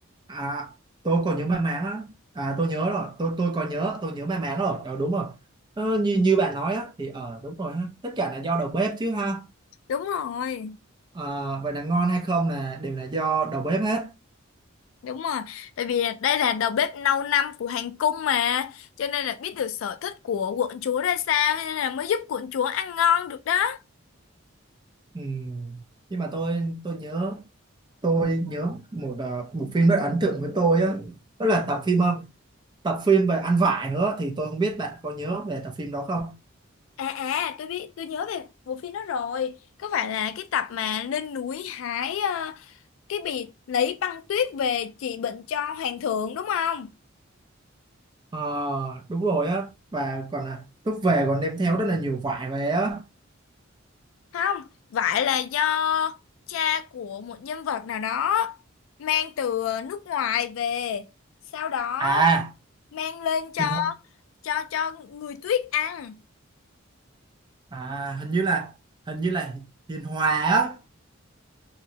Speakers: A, on the right; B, on the left.
A: À, tôi còn nhớ may mắn á. À, tôi nhớ rồi. Tôi tôi còn nhớ, tôi nhớ may mắn rồi. Ờ, đúng rồi. Ờ, như như bạn nói á, thì ờ đúng rồi ha. Tất cả là do đầu bếp chứ ha.
B: Đúng rồi.
A: Ờ, vậy là ngon hay không là đều là do đầu bếp hết.
B: Đúng rồi, tại vì đây là đầu bếp lâu năm của hoàng cung mà, cho nên là biết được sở thích của quận chúa ra sao, cho nên là mới giúp quận chúa ăn ngon được đó.
A: Ừm, Nhưng mà tôi tôi nhớ tôi nhớ một ờ, một phim rất ấn tượng với tôi á, đó là tập phim ờ, tập phim về ăn vải nữa thì tôi không biết bạn có nhớ về tập phim đó không?
B: À à, tôi biết, tôi nhớ về bộ phim đó rồi. Có phải là cái tập mà lên núi hái ờ, cái bì lấy băng tuyết về trị bệnh cho hoàng thượng đúng không?
A: Ờ, đúng rồi á và còn là lúc về còn đem theo rất là nhiều vải về á.
B: Không, phải là do cha của một nhân vật nào đó mang từ nước ngoài về, sau đó
A: À,
B: mang lên cho
A: hình
B: cho cho người tuyết ăn
A: à hình như là hình như là Hiền Hòa á